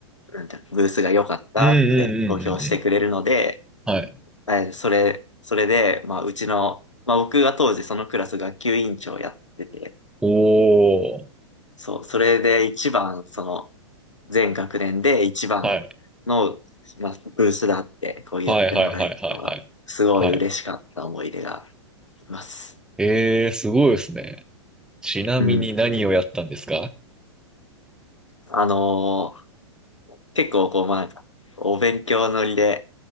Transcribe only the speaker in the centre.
うんうんうんうんうん。はい。
おー。
はい。
はいはいはいはいはい。
はい。
えー、すごいですね。ちなみに何をやったんですか